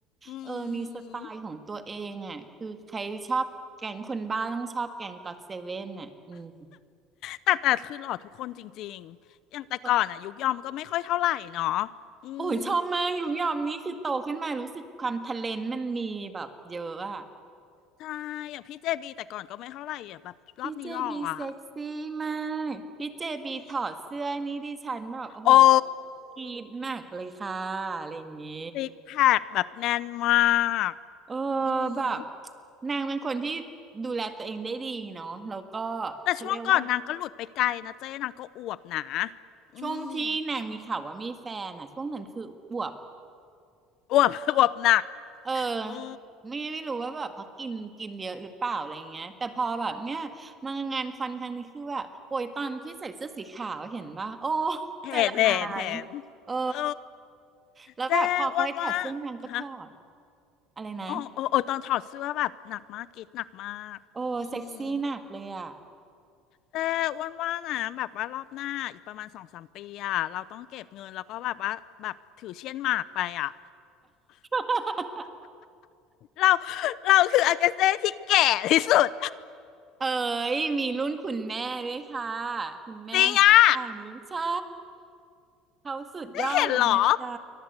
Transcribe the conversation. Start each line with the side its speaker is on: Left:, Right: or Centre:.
Left: อื
Right: เออมีสไตล์ของตัวเองอ่ะคือใครชอบแก๊งคนบ้าต้องชอบแก๊งก็อตเซเว่นน่ะอืม
Left: มแต่แต่คือหล่อทุกคนจริงๆอย่างแต่ก่อนอะยุคยอมก็ไม่ค่อยเท่าไหร่เนาะ
Right: ก็
Left: อืม
Right: โอ้ยชอบมากยุงยอมนี่คือโตขึ้นมารู้สึกความทะเลนมันมีแบบเยอะอ่ะ
Left: ใช่อย่างพี่เจบีแต่ก่อนก็ไม่เท่าไหร่อะแบบรอบนี้หล่ออะ
Right: พี่เจบีเซ็กซี่มากพี่เจบีถอดเสื้อนี่ดิฉันแบบโอ้โห
Left: อืมโอ้
Right: กรี๊ดมากเลยค่ะอะไรอย่างงี้
Left: ซิกแพคแบบแน่นมาก
Right: เออ
Left: อืม
Right: แบบนางเป็นคนที่ดูแลตัวเองได้ดีเนาะแล้วก็
Left: แต่ช่วงก่อนนางก็หลุดไปไกลนะเจ๊นางก็อวบหนา
Right: เขาเรียกว่า
Left: อืม
Right: ช่วงที่นางมีข่าวว่ามีแฟนอ่ะช่วงนั้นคืออวบ
Left: อวบ <laughs> อวบหนัก
Right: เออ
Left: โอ้
Right: ไม่ไม่รู้ว่าแบบเพราะกินกินเยอะหรือเปล่าอะไรเงี้ยแต่พอแบบเนี้ยมางานคอนครั้งนี้คือแบบโอ้ยตอนที่ใส่เสื้อสีขาวเห็นป่ะโอ้
Left: เห็นเห็นเห็น
Right: ใจละลายเออ
Left: เออ
Right: แล้วแบบพอเขาให้ถอดเสื้อนางก็ถอด
Left: เจ๊อ้วนว่าฮะ
Right: อะไรนะ
Left: โอ้โอ้โอ้ตอนถอดเสื้อแบบหนักมากกรีดหนักมากอืม
Right: โอ้เซ็กซี่หนักเลยอ่ะ
Left: แต่อ้วนว่านะแบบว่ารอบหน้าอีกประมาณสองสามปีอ่ะเราต้องเก็บเงินแล้วก็แบบว่าแบบถือเช่นหมากไปอ่ะ
Right: <laughs>
Left: เราเราคืออากาเซ่ที่แก่ที่สุด
Right: เอ๋ยมีรุ่นคุณแม่ด้วยค่ะคุณแม่ของพี่ปางรู้ใช่
Left: จริงอ่ะ
Right: เขาสุดยอดเลยนะจ๊ะ
Left: เห็นเหรอ